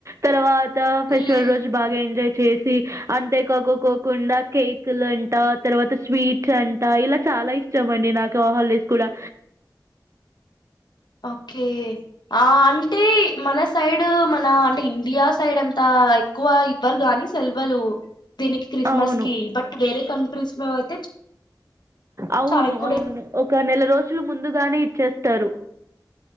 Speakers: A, on the right (about 40°); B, on the left (about 70°).
A: తర్వా త ఫెస్టివల్
B: ఉమ్
A: రోజు బాగా ఎంజాయ్ చేసి అంతే కాక్కకోకుండా కేక్ కులు అంట, తర్వాత స్వీట్స్ అంట ఇలా చాలా ఇష్టం అండి నాకు ఆ హాలిడేస్ కూడా.
B: <inaudible> ఓకే ఆ అంటే మన సైడ్ మన అంటే ఇండియా సైడ్ అంతా. ఆ ఎక్కువ ఇవ్వరు గాని సెలవలు. దీనికి క్రిస్మస్
A: అవును.
B: కి బట్ వేరే కంట్రీస్ లో అయితే
A: అవును
B: చాలా ఎక్కువ
A: అవును
B: డేస్
A: ఒక నెల రోజులు ముందుగానే ఇచ్చేస్తారు.